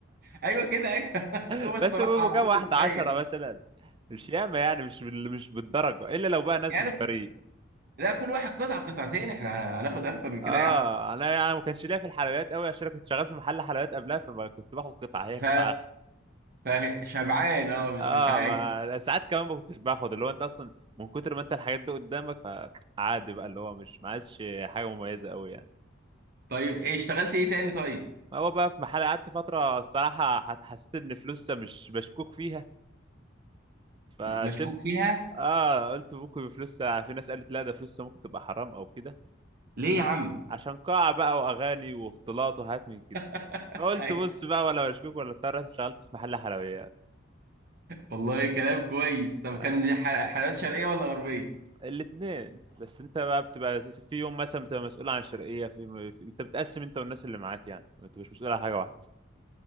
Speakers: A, on the right; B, on the right.
A: ايوه كده ايوه
B: <laughs>
A: <laughs> هو الصراحه
B: بس بيبقوا
A: على
B: كام
A: طول
B: واحده
A: بتريح
B: عشرة مثلا مش ياما يعني مش بال- مش بالدرجه الا لو بقى ناس
A: يعني
B: مفتريين
A: لا كل واحد قطع قطعتين احنا هناخد اكتر من
B: اه
A: كده يعني
B: انا يعني ما كانش ليا في الحلويات قوي عشان انا كنت شغال في محل حلويات قبلها فما كنت باخد قطعه هي
A: ف
B: قطعه اخر
A: فشبعان اه مش
B: اه
A: مش عايز
B: ما... ساعات كمان ما كنتش باخد اللي هو انت اصلا من كتر ما انت الحاجات دي قدامك فعادي بقى اللي هو مش ما عادش حاجه مميزه قوي يعني
A: طيب ايه اشتغلت ايه تاني طيب
B: ما هو بقى في محل قعدت فتره الصراحه ح- حسيت ان فلوسها مش مشكوك فيها فسبت
A: مشكوك فيها
B: اه قلت ممكن فلوسها في ناس قالت لا ده فلوسها ممكن تبقى حرام او كده
A: ليه يا عم
B: عشان قاعه بقى واغاني واختلاط وحاجات من كده
A: <laughs>
B: قلت
A: أيوة.
B: بص بقى ولا مشكوك ولا اضطريت اشتغلت في محل حلويات
A: والله كلام كويس طب
B: آه.
A: كان دي ح- حلويات شرقيه ولا غربيه
B: الاثنين بس انت بقى بتبقى في يوم مثلا بتبقى مسؤول عن الشرقيه في, في انت بتقسم انت والناس اللي معاك يعني انت مش مسؤول عن حاجه واحده